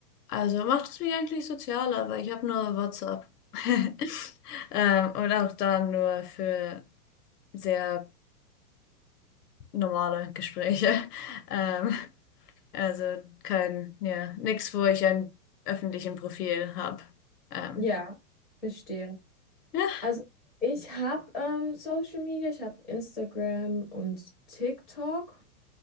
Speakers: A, on the left; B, in the centre.
A: also macht es mich eigentlich sozialer, weil ich habe nur WhatsApp. <laughs> Ähm, und auch da nur für sehr normale Gespräche. <laughs> Ähm, also kein, ja, nichts, wo ich ein öffentlichen Profil habe. Ähm,
B: Ja, verstehe.
A: ja.
B: Also ich habe ähm, Social Media, ich habe Instagram und TikTok.